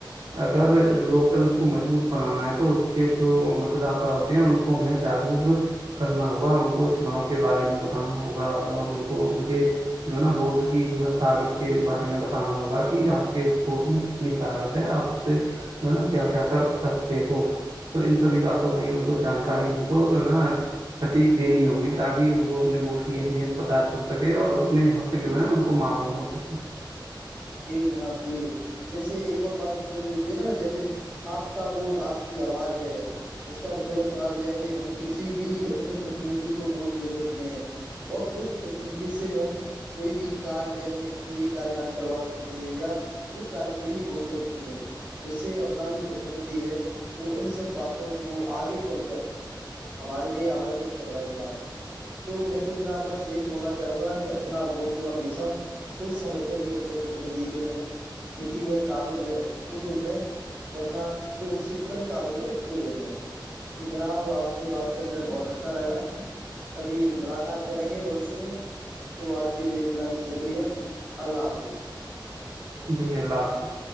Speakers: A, on the right (about 60°); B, on the right (about 15°).
A: اگر لوکتنتر کو مجبوط بنانا ہے تو اس کے جو متد ان کو ہمیں جاگروک کرنا ہوگا ان کو چناؤ کے بارے میں بتانا ہوگا اور ان کو ان کے جو ہے نا ووٹ کی جو ہے طاقت کے بارے میں بتانا ہوگا کہ آپ کے ووٹ میں کتنی طاقت ہے آپ اس سے جو نا کیا کیا کر سکتے ہو تو ان سبھی باتوں کی ان کو جانکاری ہم کو نا سٹیک دینی ہوگی تاکہ ان کو اپنے ووٹ کی اہمیت پت چل سکے اور اپنے حق جو ہے ان کو ماف آم ہو سے
B: جی جناب جی جیسے ایک اور بات جو دینا جیسے آپ کا ووٹ آپ کی آواز ہے اس کا مطلب جناب جیسے ہم کسی بھی اپنے پرتیندھی کو ووٹ دے سکتے ہیں اور اس پرتندھی سے ہم کوئی بھی کار جیسے کوئی بھی ک کروا سکتے ہیں یا اس کاریہ کے لیے بول سکتے ہیں ج سے اپنا جو پرتندھی ہے وہ ان سب باتوں کو آگے چل کر ہمارے لیے آنٹت کروائے جناب تو میں تو جنا بس یہی بولنا چاہوں گا کہ اپنا ووٹ جو ہمیشہ سوچ سمجھ کر یہ اپنے پرتند کے دیں د وہ قابل ہے تو توٹ دیں ورنہ جو اس سے کم قابل ہے اس کو دے د ہیں تو جناب آپ سے بات کر کر بہت اچھا لگا کبھی ملاقات کریں گے بوشیہ میں تو آج کے لیے اتنا ہی شکریہ اللہ حافظ
A: جی اللہ حافظ